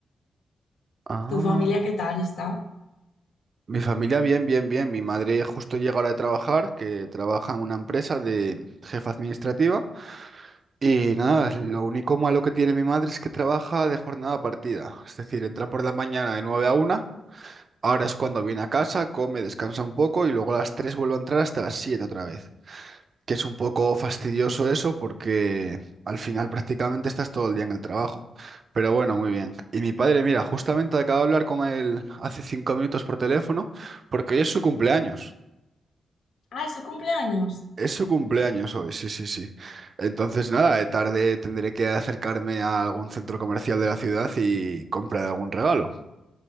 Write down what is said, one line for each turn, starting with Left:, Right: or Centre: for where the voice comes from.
Right: Ah.
Left: ¿Tu familia qué tal está?
Right: Mi familia, bien, bien, bien. Mi madre justo llega ahora de trabajar, que trabaja en una empresa de jefa administrativa. Y nada, lo único malo que tiene mi madre es que trabaja de jornada partida. Es decir, entra por la mañana de 9 a una. Ahora es cuando viene a casa, come, descansa un poco y luego a las 3 vuelve a entrar hasta las 7 otra vez. Que es un poco fastidioso eso porque al final prácticamente estás todo el día en el trabajo. Pero bueno, muy bien. Y mi padre, mira, justamente acabo de hablar con él hace cinco minutos por teléfono porque hoy es su cumpleaños.
Left: Ah, es su cumpleaños.
Right: Es su cumpleaños hoy, sí, sí, sí. Entonces nada, de tarde tendré que acercarme a algún centro comercial de la ciudad y comprar algún regalo.